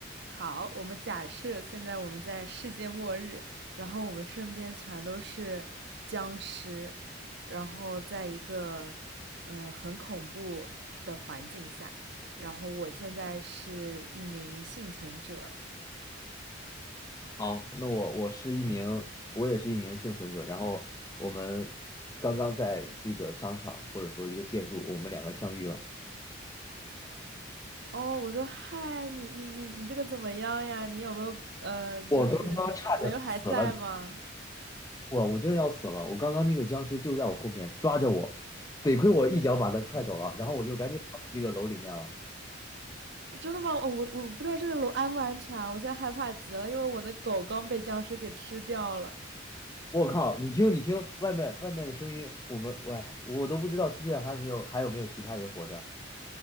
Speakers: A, on the right; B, on the left.
A: 好，我们假设现在我们在世界末日，然后我们身边全都是僵尸，然后在一个呃很恐怖的环境下，然后我现在是一名幸存者。
B: 好，那我我是一名，我也是一名幸存者。然后我们刚刚在这个商场或者说一个建筑，我们两个相遇了。
A: 哦，我说嗨，你你你你这个怎么样呀？你有没有呃，就是朋友还在吗？
B: 我刚刚差点就死了，我我真的要死了。我刚刚那个僵尸就在我后面抓着我，得亏我一脚把他踹走了，然后我就赶紧跑到这个楼里面了。
A: 真的吗？哦，我我不知道这个楼安不安全啊，我现在害怕极了，因为我的狗刚被僵尸给吃掉了。
B: 我靠，你听你听，外面外面的声音，我们喂，我都不知道世界上还有没有还有没有其他人活着。